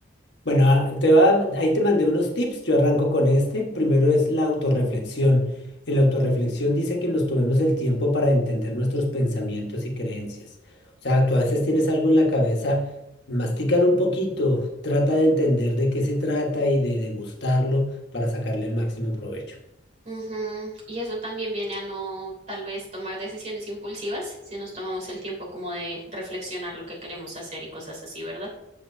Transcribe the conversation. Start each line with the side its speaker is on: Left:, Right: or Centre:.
Left: Bueno, ah, te va, ahí te mandé unos tips, yo arranco con este. Primero es la autorreflexión. En la autorreflexión dice que nos tomemos el tiempo para entender nuestros pensamientos y creencias. O sea, tú a veces tienes algo en la cabeza, mastícalo un poquito, trata de entender de qué se trata y de degustarlo para sacarle el máximo provecho.
Right: Ujú, Y eso también viene a no tal vez tomar decisiones impulsivas si nos tomamos el tiempo como de reflexionar lo que queremos hacer y cosas así, ¿verdad?